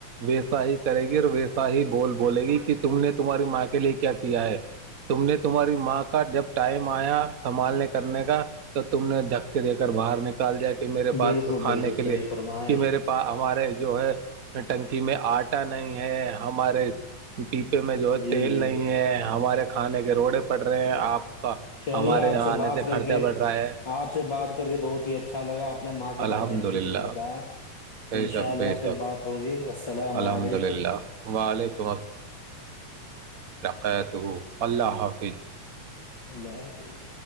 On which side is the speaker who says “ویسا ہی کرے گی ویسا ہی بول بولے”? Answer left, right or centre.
Right